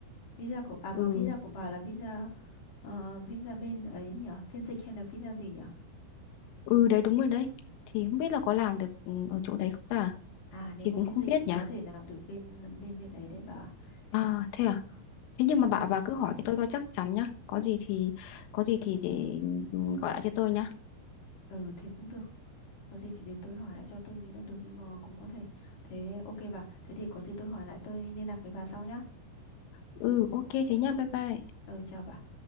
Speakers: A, on the left; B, on the left.
A: Visa của à mà
B: Ừ
A: visa của bà là visa ờ, visa bên ấy nhở, phiên dịch hay là visa gì nhở?
B: ừ đấy đúng rồi đấy. Thì không biết là có làm được ừ, ở chỗ đấy không ta?
A: À nếu
B: Thì
A: mà
B: cũng không
A: phiên dịch
B: biết
A: thì có
B: nhỉ.
A: thể làm được bên bên bên ấy đấy bà.
B: À thế
A: Ờ,
B: à. Thế nhưng mà bà
A: Tôi
B: bà cứ hỏi cái tôi coi chắc chắn nhá. Có gì thì có gì thì để ừ, gọi lại cho tôi nhá.
A: Ừ thế cũng được Có gì thì để tôi hỏi lại cho tôi nghĩ là được Nhưng mà cũng có thể Thế ok bà Thế thì có gì tôi hỏi lại tôi liên lạc với bà sau nhá
B: Ừ ok thế nhá. Bye bye.
A: Ừ chào bà